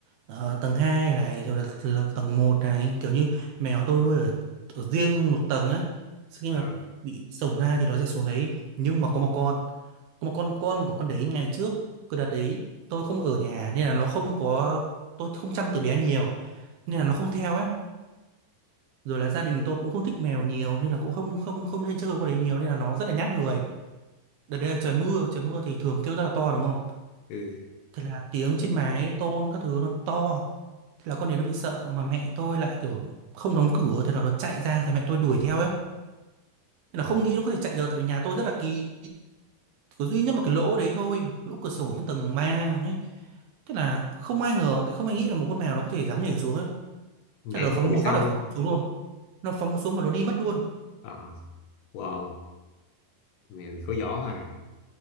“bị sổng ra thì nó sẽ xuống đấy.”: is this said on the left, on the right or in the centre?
Right